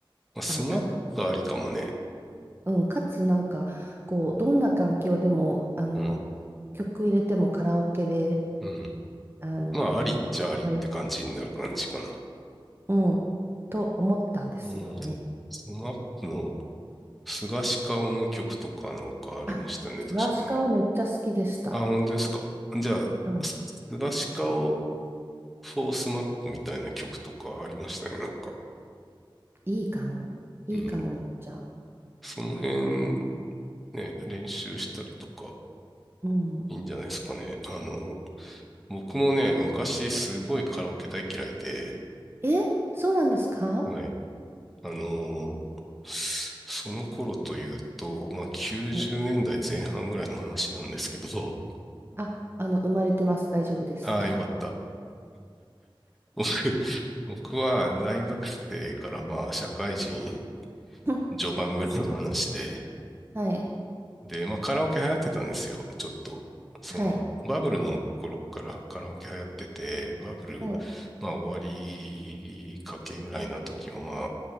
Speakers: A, in the centre; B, on the right.
A: スナックありかもね。
B: あの、か、うん、かつなんか、こう、どんな環境でも、あの、
A: うん。
B: 曲入れてもカラオケで、
A: うん。
B: あのー、
A: まあ、ありっちゃありって感じになる感じかな。
B: 盛り上がれそう、うん、と思ったんですよね。
A: うん。スマップの菅氏顔の曲とかなんかありましたね、
B: あ、スガシカオめっちゃ好きでした。
A: 確かね。あ、本当ですか。じゃあ、
B: はい
A: す菅氏顔フォースマップみたいな曲とかありましたね、なんか。
B: いいかも。いいかも、
A: うん。
B: めっちゃ。
A: その辺、ね、練習したりとか、
B: うん。
A: いいんじゃないですかね。あの、僕もね、昔すごいカラオケ大嫌いで、
B: え、そうなんですか
A: はい。あのーその頃というと、まあ、90年代前半ぐらいの話なんですけど、
B: はい。あ、あの、生まれてます。大丈夫です。
A: ああ、よかった。僕、僕は大学生からまあ、社会人
B: <laughs>
A: 序盤ぐらいの話で、
B: はい。
A: で、まあカラオケ流行ってたんですよ。ちょっと。その、
B: はい。
A: バブルの頃からカラオケ流行ってて、バブル、
B: はい。
A: まあ終わりかけぐらいな時もまあ、